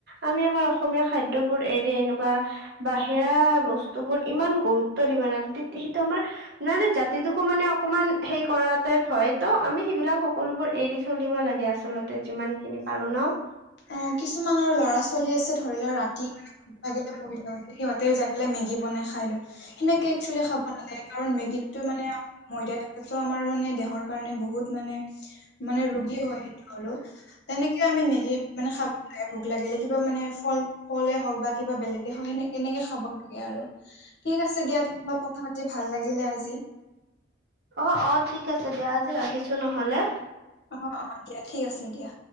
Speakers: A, on the right; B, on the left.
A: আমি আমাৰ অসমীয়া খাদ্যবোৰ এৰি এনেকুৱা', বাহিৰা বস্তু বোৰ ইমান গুৰুত্ব দিব নালাগে তেতিয়া সেইটো আমাৰ', মানে জাতিটোকো মানে অকমান হেই কৰা টাইপ হয় ত' আমি সেইবিলাক সকলোবোৰ এৰি চলিব লাগে আ', আচলতে যিমান খিনি পাৰোঁ ন',
B: অ', কিছুমান আৰু ল'ৰা - ছোৱালী আছে ধৰি লওঁ ৰাতি লাগিলে পঢ়ি থাক', সিহঁতে যাই পেলাই মেগী বনাই খাই লৈ, সেনেকে একচুৱেলি খাব নালাগে কাৰণ মেগীটো মানে', ময়দা এইটো আমাৰ মানে দেহৰ কাৰণে বহুত মানে', মানে ৰোগী হয় সেইটো আৰু তেনেকে আমি মেগী', এই ভোক লাগিলে কিবা মানে ফল, ফলে হওঁক বা কিবা বেলেগে হওঁক সেনেকে কেনেকে খাব লাগে আৰু', ঠিক আছে দিয়া তুমি মই কথা পাতি ভাল লাগিলে আজি',
A: অ', - অ', ঠিক আছে দিয়া আজি ৰাখিছোঁ নহ'লে',
B: অ', - অ', দিয়া ঠিক আছে দিয়া।